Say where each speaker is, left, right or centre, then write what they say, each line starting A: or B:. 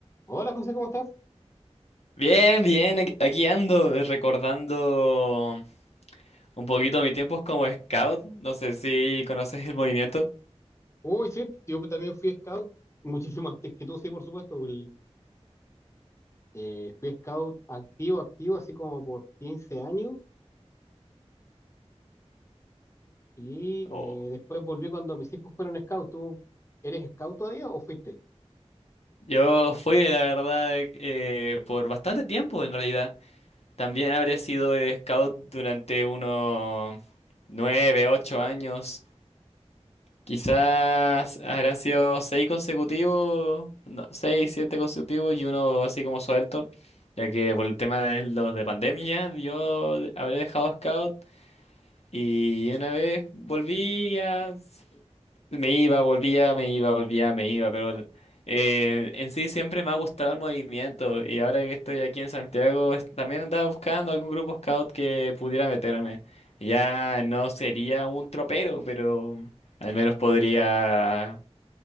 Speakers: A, on the left; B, on the left.
A: Hola José, ¿cómo estás?
B: Bien, bien, aquí aquí ando eh, recordando un poquito mis tiempos como scout. No sé si conoces el movimiento.
A: Uy, sí, yo también fui scout, <laughs> muchísimo antes que tú, sí, por supuesto. el- eh, fui scout activo, activo, así como por 15 años y
B: Oh.
A: eh, después volví cuando mis hijos fueron scout. ¿Tú eres scout todavía o fuiste?
B: Yo fui, la verdad, eh, por bastante tiempo en realidad. También habré sido eh, scout durante unos nueve, ocho años. Quizás habrán sido seis consecutivos, no, seis, siete consecutivos y uno así como suelto. Ya que por el tema de los de pandemia, yo habré dejado scout. Y una vez volvía, s- me iba, volvía, me iba, volvía, me iba, pero el- eh, en sí siempre me ha gustado el movimiento y ahora que estoy aquí en Santiago es- también andaba buscando algún grupo scout que pudiera meterme. Ya no sería un tropero, pero al menos podría